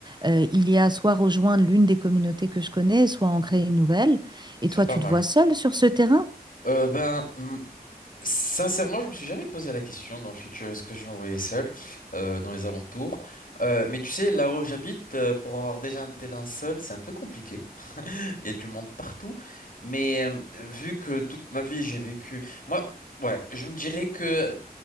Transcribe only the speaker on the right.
euh, il y a soit rejoindre l'une des communautés que je connais, soit en créer une nouvelle.
Et toi,
tu
te vois seule sur ce terrain?